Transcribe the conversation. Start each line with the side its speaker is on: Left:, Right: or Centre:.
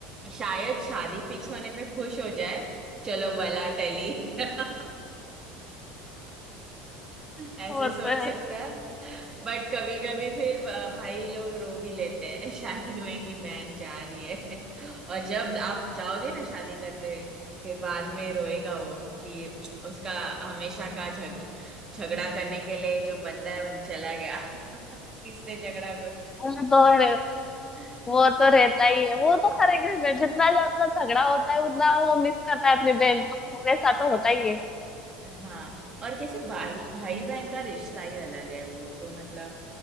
Right: शायद शादी फिक्स होने पे खुश हो जाए चलो भला टली <laughs> ऐसे
Left: वो
Right: सोच
Left: तो है
Right: सकता है बट कभी कभी फिर ब- भाई लोग रो भी लेते हैं शादी में कि बहन जा रही है और जब आप जाओगे ना शादी करते हुए फिर बाद में रोएगा वो कि उसका हमेशा का झग झगड़ा करने के लिए जो बंदा है वो चला गया <laughs> किससे झगड़ा
Left: वो तो है
Right: करूं
Left: वो तो रहता ही है वो तो हर एक घर में जितना ज्यादा झगड़ा होता है उतना वो मिस करता है अपनी बहन को <laughs> वैसा तो होता ही है
Right: हाँ और कैसे भाई भाई बहन का रिश्ता ही अलग है वो तो मतलब